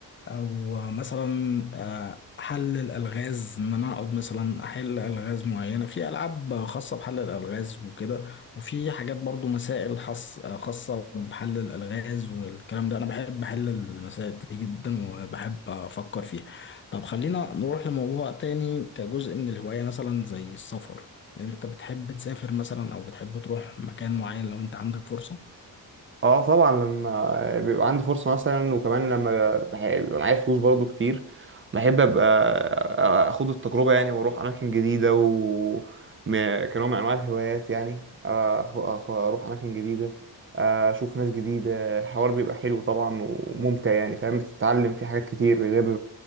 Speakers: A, on the left; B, on the right.
A: او مثلا آه، حل الالغاز ان انا اقعد مثلا احل الغاز معينه في العاب خاصه بحل الالغاز وكده وفي حاجات برضو مسائل خاص- خاصه بحل الالغاز والكلام ده انا بحب احل المسائل دي جدا وبحب افكر فيها طب خلينا نروح لموضوع تاني كجزء من الهوايه مثلا زي السفر انت بتحب تسافر مثلا او بتحب تروح مكان معين لو انت عندك فرصة
B: اه طبعا لما بيبقى عندي فرصة مثلا وكمان لما بح- بيبقى معايا فلوس برضو كتير بحب ابقى اخد التجربة يعني واروح اماكن جديدة و م- كنوع من انواع الهوايات يعني أخ- أخ- اروح اماكن جديدة اشوف ناس جديدة الحوار بيبقى حلو طبعا وممتع يعني فاهم بتتعلم فيه حاجات كتير غير